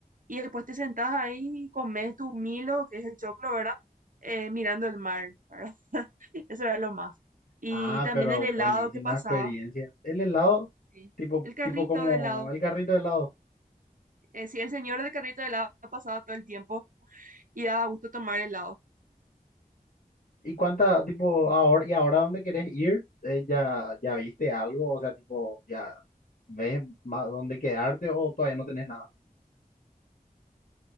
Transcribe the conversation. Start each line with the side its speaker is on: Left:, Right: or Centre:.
Right: y después te sentás ahí y comes tu Milo, que es el choclo, ¿verdad? Eh, mirando el mar, ¿verdad? <laughs> Eso era lo más. Y
Left: Ah,
Right: también
Left: pero
Right: el helado
Left: buenísima
Right: que pasaba.
Left: experiencia. El helado,
Right: Sí.
Left: tipo,
Right: El carrito
Left: tipo como
Right: de helado.
Left: el carrito de helado.
Right: Eh, sí, el señor del carrito de helado pasaba todo el tiempo y daba gusto tomar helado.
Left: ¿Y cuánta, tipo, ahora, y ahora dónde querés ir? Eh, ¿ya, ya viste algo? O sea, tipo, ¿ya ves más dónde quedarte o todavía no tenés nada?